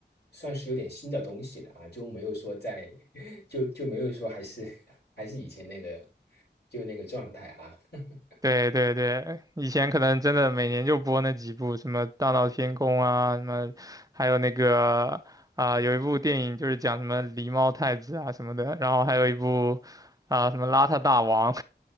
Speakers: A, on the left; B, on the right.
A: 算是有点新的东西了啊，就没有说在，<laughs> 就就没有说还是还是以前那个就那个状态啊，<laughs>
B: 对对对，以前可能真的每年就播那几部，什么《大闹天宫》啊，什么，还有那个啊、有一部电影就是讲什么狸猫太子啊什么的，然后还有一部啊、什么邋遢大王，